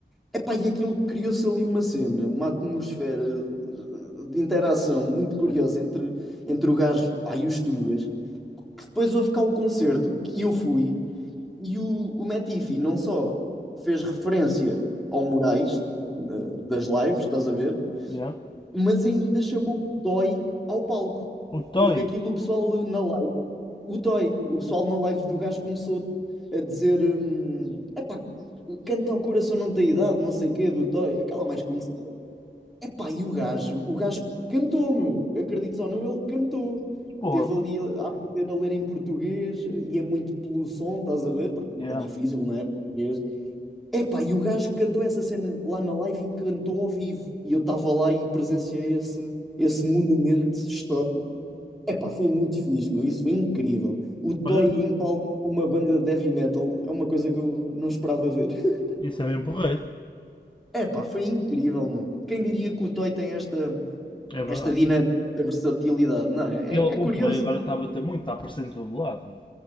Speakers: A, in the centre; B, on the left.
A: Epá, e aquilo criou-se ali uma cena, uma atmosfera de, de interação muito curiosa
B: Yeah.
A: entre, entre o gajo, pá, e os Tugas, que depois houve cá o concerto, e eu fui, e o, o Matifi não só fez referência ao Moraes, eh, das lives, estás a ver,
B: Yeah.
A: mas ainda chamou Toy ao palco,
B: O Toy.
A: porque aquilo o pessoal eh, na live o Toy, o pessoal na live do gajo começou a dizer: hum, epá, canta ao coração não tem idade, não sei o quê, do Toy, aquela mais conhecida. Epá, e o gajo, o gajo cantou, meu, acredites ou não, ele cantou.
B: Porra.
A: Teve ali a, a aprender a ler em português, e é muito pelo som, estás a ver? Porque
B: Yeah.
A: é difícil, não é? Português. Epá, e o gajo cantou essa cena lá na live e cantou ao vivo. E eu estava lá e presenciei esse, esse monumento histórico. Epá, foi muito fixe, meu. Isso foi incrível. O Toy
B: Olha,
A: em palco com uma banda de heavy metal é uma coisa que eu não esperava ver. <laughs>
B: isso é bem porreiro.
A: Epá, foi incrível, meu. Quem diria que o Toy tem esta,
B: É verdade.
A: esta dinâmica, esta versatilidade, não é?
B: Ele,
A: É, é curioso.
B: o Toy agora está a bater muito, está a aparecer em todo lado. meu.